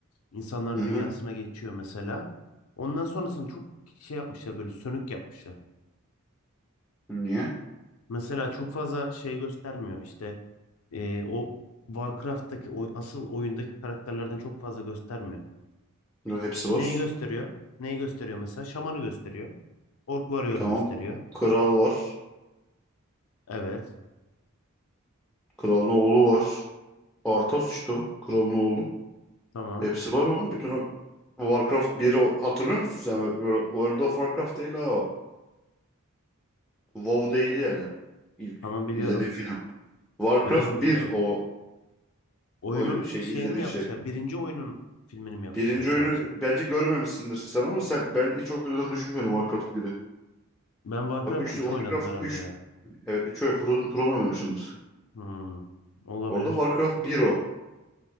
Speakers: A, on the left (about 80°); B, in the centre.
A: insanların
B: Hı hı.
A: dünyasına geçiyor mesela. Ondan sonrasını çok şey yapmışlar böyle sönük yapmışlar.
B: Niye?
A: Mesela çok fazla şey göstermiyor işte eee, o Warcraft'taki o asıl oyundaki karakterlerden çok fazla göstermiyor.
B: Yo, hepsi var.
A: Neyi gösteriyor? Neyi gösteriyor mesela? Şamanı gösteriyor. Ork Warrior'ı
B: Tamam.
A: gösteriyor.
B: Kral var.
A: Evet.
B: Kralın oğlu var. Arthas işte o. Kralın oğlu.
A: Tamam.
B: Hepsi var oğlum. Bütün o Warcraft 1'i o- hatırlıyor musun sen? Wo- World of Warcraft değil ha o. WoW değil yani. İlk
A: Tamam biliyorum.
B: izlediğin film. Warcraft
A: Biliyorum
B: bir
A: biliyorum.
B: o,
A: Oyunun
B: o şey
A: şeyini
B: izlediğin
A: mi
B: şey.
A: yapmışlar? Birinci oyunun filmini mi yapmışlar
B: Birinci
A: sadece?
B: oyunu bence görmemişsindir sen ama sen ben hiç oynadığını düşünmüyorum Warcraft 1'i.
A: Ben Warcraft
B: Bak 3 Warcraft
A: 3 oynadım herhalde
B: üç
A: ya.
B: evet 3 oyun Frozen Throne oynamışsındır
A: Hmm, olabilir.
B: Orada Warcraft bir o.